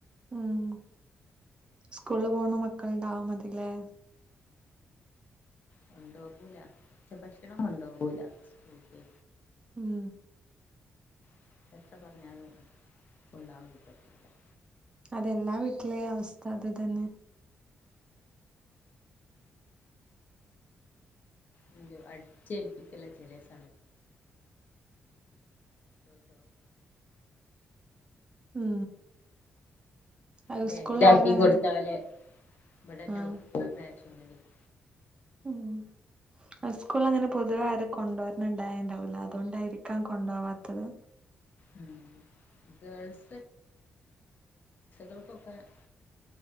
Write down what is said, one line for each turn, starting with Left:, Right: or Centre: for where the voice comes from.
Right: ഉം. സ്കൂളില് പോണ മക്കൾ ഉണ്ടാവ മതില്ലേ.
Left: കൊണ്ടോകൂല. ഉച്ച ഭക്ഷണം കൊണ്ടോകൂല. സ്കൂളിൽക്ക്.
Right: ഉം.
Left: <inaudible>
Right: അതെല്ലാ വീട്ട്ലേയും അവസ്ഥ അത് തന്നെ
Left: പി അടിച്ചേൽപ്പിക്കല്ല <inaudible>
Right: ഉം അത്
Left: ബേഗ്
Right: സ്കൂളിൽ
Left: ലാക്കികൊടുത്താല്
Right: ആരും അങ്ങനെ
Left: ഇവിടെന്നെ
Right: ആഹ്
Left: <inaudible> <inaudible>
Right: ഉം ഹൈസ്കൂല്ങ്ങനെ പൊതുവേ ആര് കൊണ്ടുവരണിണ്ടായണ്ടാവൂല്ല അതുകൊണ്ടായിരിക്കാം കൊണ്ടോവാത്തത്
Left: ഉ ഗേൾസ് <inaudible>